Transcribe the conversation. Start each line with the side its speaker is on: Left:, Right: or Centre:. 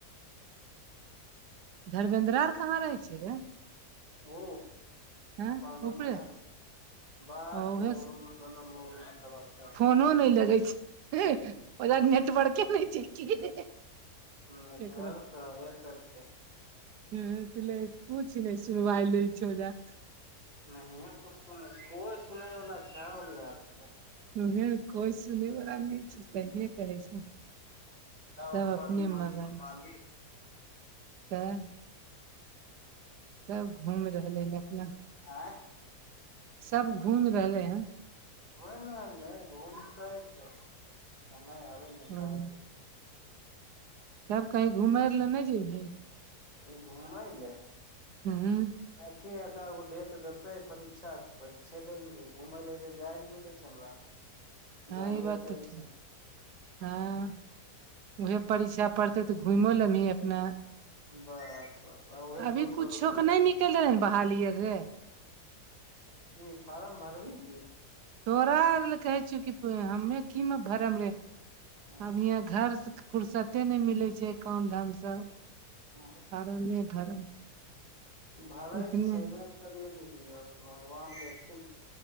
Right: धरमेेंन्द्रा आर कहाँ रहै छै रे?
Left: ओ।
Right: हँ
Left: अपन रूम
Right: ऊपरे
Left: मे, बस
Right: उहे
Left: एगो रूम दोनो मी मलब <unintelligible>
Right: मोन नहि लगै छै, ओकरा नेटवर्के नहि छै की।
Left: नेटवर्क
Right: केकरो
Left: रहबे करतै।
Right: ह तु ल पूछ नहि सुनवइल छौज <unintelligible>
Left: नहिये पुछते कोइ सुनैवला छई ओकरा क।
Right: उह कोइ सुनै वला नहि छै, सहिए कहै छी। सब
Left: अपन
Right: अपने
Left: मन
Right: मगन
Left: के मालिक
Right: छै। तऽ। सब घुम रहलै हन अपना।
Left: आँ।
Right: सब घुमि रहले हन।
Left: घुम रहल, घूमतै त समय आबे ने
Right: ह
Left: सब
Right: तब कहीं घुमय लए नहि जेबही?
Left: घुमले।
Right: हूँ।
Left: एके एका गो डेट देतै परीक्षा, परीक्षे दै ल जेब, घुमय लए जाय लए मिलै छै हमरा।
Right: हँ
Left: जानबे
Right: ई बात
Left: करै
Right: तऽ ठीक।
Left: छी
Right: हां उहे परीक्षा पड़तै तऽ घुमो लेबही अपना।
Left: बस बस उहे
Right: अभी
Left: दू
Right: कुछो
Left: सौ रुपैया
Right: के नै
Left: मे
Right: निकल रहै बहाली आर रे।
Left: की फारम भरबी की।
Right: तोरा आर ले कहै छियौ की हम्मे की मे भरम रे,
Left: हँ
Right: आब इहाँ घर से फुरसते नै मिलै छै काम-धाम से,
Left: हँ
Right: फारमे भरम।
Left: भरैते
Right: एतने
Left: छेबे ने करियै दीदी अब भगवान देखथिन